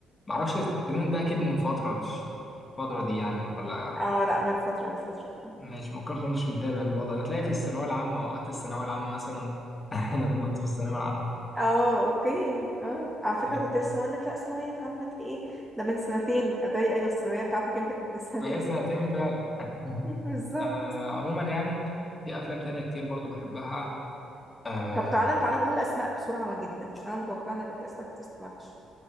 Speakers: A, on the left; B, in the centre.
A: معرفش الترند ده اكيد من فترة مش الفترة دي يعني ولا
B: اه لا من فترة من فترة فعلا
A: مش ممكن اكونش متابع الوضع ده تلاقي في الثانوية العامة اوقات الثانوية العامة مثلا <laughs> لما كنت في الثانوية العامة
B: اه اوكي اه على فكرة
A: تمام
B: كنت لسه هقول لك لا ثانوية عامة ايه ده من سنتين اداي ايوه الثانوية بتاعتك انت كانت من سنتين
A: فهي سنتين
B: <laughs>
A: فعلا <laughs>
B: بالظبط
A: آه عموما يعني في افلام تانية كتير برضو بحبها آه
B: طب تعالى تعالى نقول اسماء بسرعة جدا عشان انا متوقعة ان يبقى في اسماء كتير ماتش